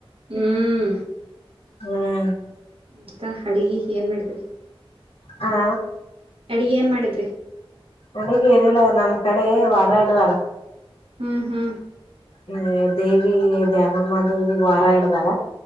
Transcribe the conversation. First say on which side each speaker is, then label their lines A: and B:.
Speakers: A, on the right; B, on the left.
A: ಹ್ಮ್
B: ಹ್ಮ್
A: ಅಂತ ಅಡುಗೆ ಏನು ಮಾಡಿದ್ರಿ
B: ಹಾ
A: ಅಡಿಗೆ ಏನ್ ಮಾಡಿದ್ರಿ
B: ಅಡಿಗೆ ಏನಿಲ್ಲ ನಮ್ ಕಡೆ ವಾರ ಇಡದಾರ್
A: ಹ್ಮ್ ಹ್ಮ್
B: ಹ ದೇವಿ ಧ್ಯಾನಮ್ಮ ದೇವಿ ವಾರ ಇಡದರ